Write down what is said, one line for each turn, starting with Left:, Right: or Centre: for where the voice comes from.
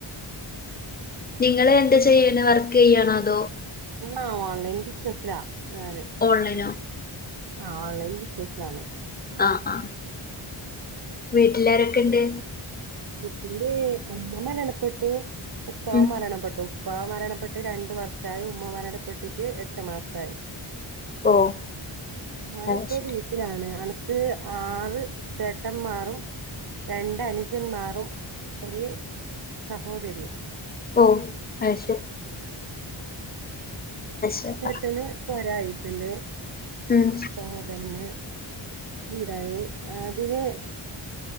Left: നിങ്ങള് എന്താ ചെയ്യന് വർക്ക് ചെയ്യണോ അതോ
Right: ആ ഓൺലൈൻ ബിസിനസിലാ ഞാന്
Left: ഓൺലൈനോ
Right: ആ ഓൺലൈൻ ബിസിനസിലാണ്
Left: ആ ആ വീട്ടിലാരൊക്കെ ഇണ്ട്
Right: വീട്ടിൽ ഉമ്മ മരണപ്പെട്ടു ഉപ്പവും
Left: ഉം
Right: മരണപ്പെട്ടു ഉപ്പ മരണപ്പെട്ട് രണ്ടു വർഷമായി ഉമ്മ മരണപ്പെട്ടിട്ട് എട്ട് മാസായി
Left: ഓ
Right: ഞാനിപ്പോ
Left: അത് ശരി
Right: വീട്ടിലാണ് അനക്ക് ആറ് ചേട്ടന്മാറും രണ്ടനുന് ഞ്ജൻ ജൻമാറും ഒരേ സഹോദരിയും
Left: ഓ അ ശെരി ശരി
Right: ചേട്ടന്
Left: പറ
Right: പൊ രായിട്ടുണ്ട്
Left: ഉം
Right: തോതന്നെ വീടായി അതിനെ